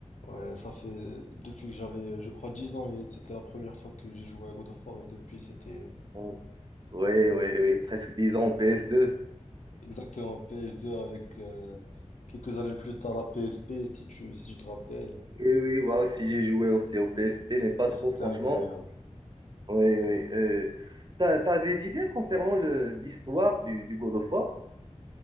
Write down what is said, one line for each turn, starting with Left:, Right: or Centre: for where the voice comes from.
Left: ouais, ça fait depuis que j'avais je crois 10 ans et c'était la première fois que j'ai joué à God of War et depuis c'était
Right: Bon. Oui, oui, oui. Presque 10 ans en ps deux
Left: Exactement, PS2 avec euh, quelques années plus tard la PSP, si tu, si tu te rappelles,
Right: Oui, oui, moi aussi j'ai joué aussi au PSP,
Left: c'était,
Right: mais pas trop
Left: c'était
Right: franchement.
Left: agréable.
Right: Oui, oui. Euh, t'as, t'as des idées concernant le, l'histoire du, du God of War?